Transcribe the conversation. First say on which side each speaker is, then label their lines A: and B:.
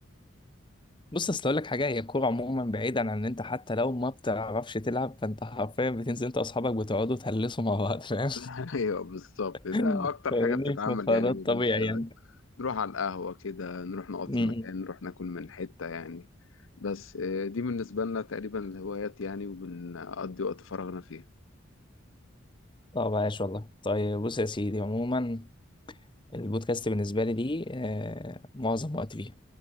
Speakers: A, on the left; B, on the left.
A: بص اصل اقول لك حاجه هي الكوره عموما بعيدا عن ان انت حتى لو ما بتعرفش تلعب فانت حرفيا بتنزل انت واصحابك بتقعدوا تهلسوا مع بعض فاهم
B: <laughs> ايوه بالظبط
A: <laughs>
B: ده اكتر
A: فاهمني
B: حاجه بتتعمل
A: فده
B: يعني
A: الطبيعي
B: ما بين الشباب
A: يعني
B: نروح على القهوه كده نروح نقعد
A: م-م.
B: في مكان نروح ناكل من حته يعني بس آه، دي بالنسبه لنا تقريبا الهوايات يعني وبنقضي وقت فراغنا فيها
A: طب عايش والله طيب بص يا سيدي عموما البودكاست بالنسبه لي دي آه، معظم وقت فيه